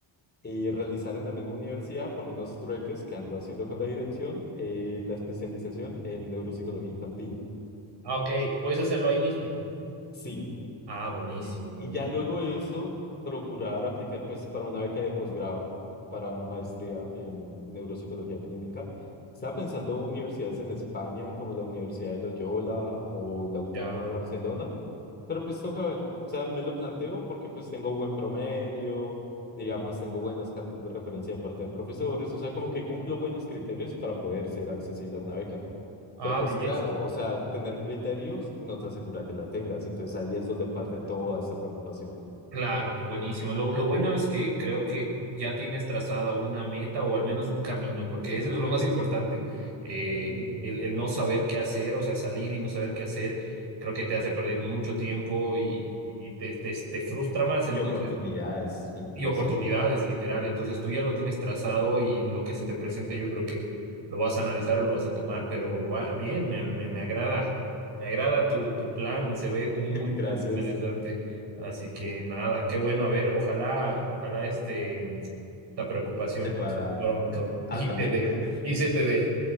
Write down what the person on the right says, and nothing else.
Ah, ok, puedes hacerlo ahí mismo.
Ah, buenísimo,
Ya.
Ah,
belleza.
Claro, buenísimo. Lo, lo bueno es que creo que ya tienes trazada una meta o al menos un camino, porque eso es lo más importante. Eh,
el, el no saber qué hacer, o sea, salir y no saber qué hacer, creo que te hace perder mucho tiempo y, y te, te, te frustra más. Entonces,
y oportunidades, literal. Entonces tú ya lo tienes trazado y lo que se te presente,
yo creo que lo vas a analizar y lo vas a tomar, pero gua- bien, me, me, me agrada, me agrada tu,
tu plan, se ve muy,
muy interesante. Así que nada, qué bueno, a ver, ojalá, ojalá este, la preocupación
pase
pronto.
<laughs>
Y se te dé, y se te dé.